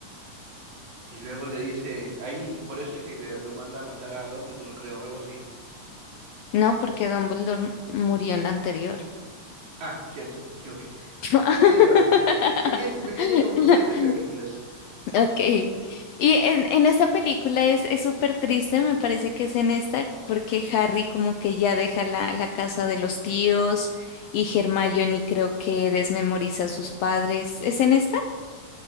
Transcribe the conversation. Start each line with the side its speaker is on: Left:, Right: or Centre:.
Right: y luego le dice ahí, y por eso es que le- lo manda a matar a Dumbledore, creo, algo así.
Left: no, porque Dumbledore murió en la anterior.
Right: Ah, cierto, me equivoqué.
Left: <laughs>
Right: Pequeño lapsus. Peque- pequeña confusión de películas.
Left: Ok. Y en, en esa película es es súper triste, me parece que es en esta, porque Harry como que ya deja la, la casa de los tíos y Hermione creo que desmemoriza a sus padres. ¿Es en esta?